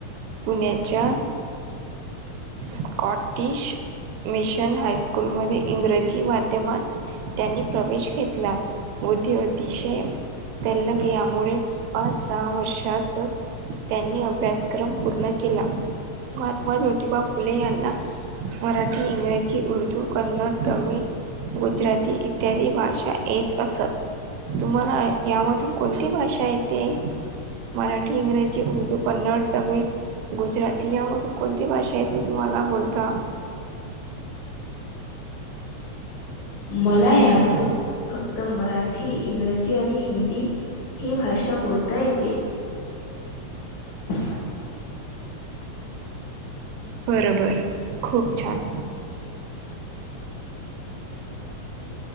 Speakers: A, on the right; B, on the left.
A: पुण्याच्या स्कॉटिश मिशन हायस्कूलमध्येध्ये इंग्रजी माध्यमात त्यांनी प्रवेश घेतला. बुद्धी अतिशय तलग यामुळे पाच सहा वर्षातच त्यांनी अभ्यासक्रम पूर्ण केला. महात्मा ज्योतिबा फुले यांना मराठी इंग्रजी उर्दू कन्नड तमिळ गुजराती इत्यादी भाषा येत असत. तुम्हाला यामधून कोणती भाषा येते? मराठी, इंग्रजी, उर्दू, कन्नड, तमिळ गुजराती यामधून कोणती भाषा आहे त तुम्हाला बोलता? <unintelligible>
B: मला यातून फक्त मराठी इंग्रजी आणि हिंदी. ही भाषा बोलता येते. ह
A: बरं बरं खूप छान!